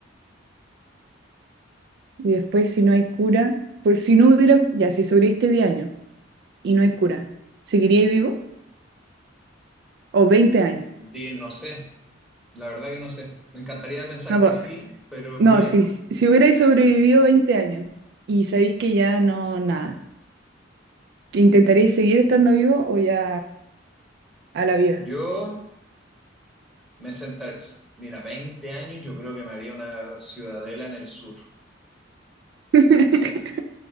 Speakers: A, on the right; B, in the centre.
A: Y después, si no hay cura, por si no hubiera, ya, si sobreviviste 10 años y no hay cura, ¿seguiríais vivo? ¿O 20 años?
B: Di, no sé. La verdad que no sé. Me encantaría pensar
A: No, po-
B: que sí, pero es
A: no
B: muy
A: si,
B: ego.
A: si hubierais sobrevivido 20 años y sabéis que ya no, nada, ¿intentaríais seguir estando vivo o ya a la vida?
B: Yo me sentaré, mira, 20 años, yo creo que me haría una ciudadela en el sur. O
A: <laughs>
B: sea,